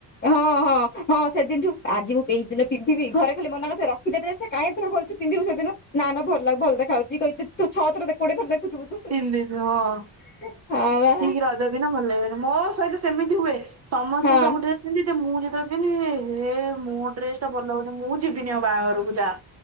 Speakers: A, on the left (about 25°); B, on the right (about 35°).
A: ହଁ ହଁ। ହଁ ହଁ ସେଦିନୁଠୁ ଆଜି ମୁଁ ଏଇ ଦିନ ପିନ୍ଧିବି ଘରେ ଖାଲି ମନା କରୁ ଥିବେ ରଖିଦେ ଏ ଡ୍ରେସ ଟା କାଇଁ ଏତେ ଥର ଖଲୁଚୁ ପିନ୍ଧିବୁ ସେଦିନ। ନା ନା ଭଲ ଲାଗ ଭଲ ଦେଖାଯାଉଛି କହି ତୁ ଛ ଥର ଦେ କୋଡିଏ ଥ ଦେଖୁଥିବୁ ତୁ
B: ତିନି ଦିନ ହଁ
A: ହଁ ବା
B: ଠିକ ରଜ ଦିନ ଭଲ ଲାଗିବନି ମୋ ସହିତ ସେମିତି ହୁଏ। ସମସ୍ତେ
A: ହଁ
B: ସବୁ ଡ୍ରେସ ପିନ୍ଧି ଥିବେ ମୁଁ ଯେତେବେଳେ ପିନ୍ଧିବି ଏ ହେ ମୋ ଡ୍ରେସ ଟା ଭଲ ହଉନି ମୁଁ ଯି ବିନି ଆଉ ବାହାଘରକୁ ଯା